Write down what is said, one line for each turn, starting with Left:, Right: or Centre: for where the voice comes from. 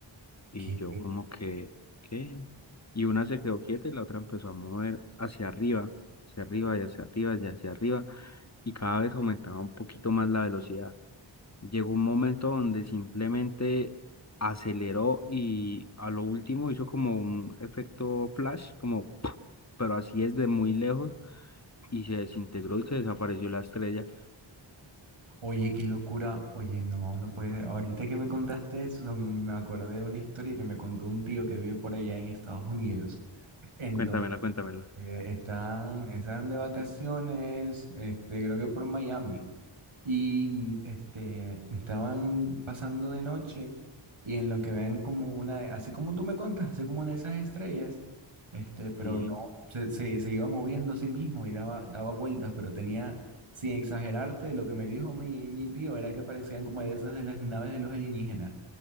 Left: Y
Right: ¿Qué?
Left: yo como que, ¿qué? Y una se quedó quieta y la otra empezó a mover hacia arriba, hacia arriba y hacia arriba y hacia arriba. Y cada vez aumentaba un poquito más la velocidad. Llegó un momento donde simplemente aceleró y a lo último hizo como un efecto flash, como, ¡puf! pero así es de muy lejos y se desintegró y se desapareció la estrella.
Right: Oye, qué locura. Oye, no, no puede ser. Ahorita que me contaste eso, me acordé de una historia que me contó un tío que vive por allá en Estados Unidos. Entonces,
Left: Cuéntamela, cuéntamela.
Right: eh, están, están de vacaciones, este, creo que por Miami. y este, estaban pasando de noche y en lo que ven como una, de- así como tú me contas, así como una de esas estrellas, este, pero
Left: Sí.
Right: no, se, se, se iba moviendo a sí mismo y daba, daba vueltas, pero tenía, sin exagerarte, lo que me dijo mi, mi tío era que parecían como de esas de las naves de los alienígenas.